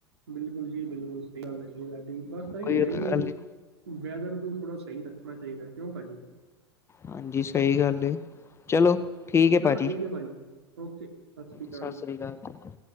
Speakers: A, on the right; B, on the left.
A: ਬਿਲਕੁਲ ਜੀ ਬਿਲਕੁਲ, ਸਹੀ ਗੱਲ ਹੈ ਤੁਹਾਡੀ ਬਸ ਸਹੀ
B: ਕੋਈ
A: ਹੈਗਾ
B: ਗੱਲ
A: ਜੀ।
B: ਨਹੀਂ
A: ਵੈਦਰ ਨੂੰ ਥੋੜ੍ਹਾ ਸਹੀ ਰੱਖਣਾ ਚਾਹੀਦਾ ਕਿਉਂ ਭਾਜੀ।
B: ਹਾਂਜੀ, ਸਹੀ ਗੱਲ ਏ ਚਲੋ। ਠੀਕ ਹੈ
A: ਚਲੋ
B: ਭਾਜੀ
A: ਭਾਅ ਜੀ ਓਕੇ ਸਤਿ ਸ਼੍ਰੀ
B: ਸਤਿ
A: ਜੀ
B: ਸ੍ਰੀ ਅਕਾਲ ਜੀ